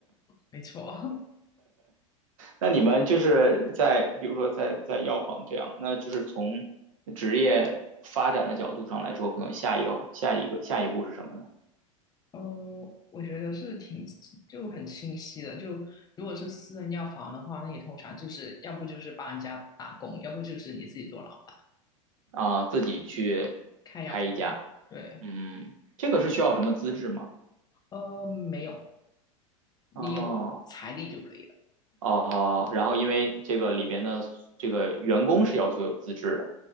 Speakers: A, on the left; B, on the right.
A: 没错。<laughs>
B: 那你们就是在，比如说在在药房这样，那就是从职业发展的角度上来说，可能下一个下一个下一步是什么呢？
A: 哦，我觉得是挺就很清晰的。就如果是私人药房的话，那你通常就是要不就是帮人家打工，要不就是你自己做老板
B: 啊、呃自己去
A: 开药房。
B: 开一家，
A: 对，
B: 嗯，这个是需要什么资质吗？
A: 呃，没有，你有财力就可以了。
B: 哦哦，然后因为这个里边的这个员工是要求有资质的，